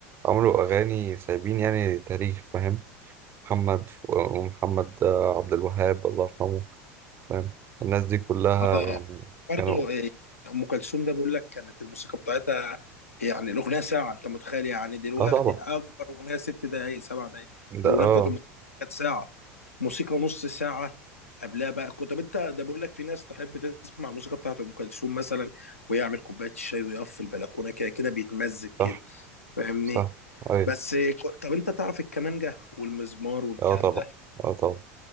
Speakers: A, on the right; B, on the left.
A: عملوا أغاني سايبين يعني تاريخ فاهم محمد ف- محمد عبد الوهاب الله يرحمه فاهم الناس دي كلها
B: اه
A: يعني
B: برضه
A: كانوا
B: إيه، ام كلثوم ده بقول لك كانت الموسيقى بتاعتها يعني الاغنيه ساعه انت متخيل يعني دلوقتي
A: اه طبعا
B: اكبر اغنيه ست دقائق سبع دقائق
A: ده
B: الاغنيه
A: اه
B: بتاعت ام كلثوم كانت ساعه موسيقى نص ساعه قبلها بقى كنت طب انت ده بقول لك في ناس تحب تسمع الموسيقى بتاعت ام كلثوم مثلا ويعمل كوبايه الشاي ويقف في البلكونه كده كده بيتمزج
A: صح
B: كده فاهمني
A: صح ايوه
B: بس ك- طب انت تعرف الكمانجه والمزمار والكلام
A: اه طبعا
B: ده
A: اه طبعا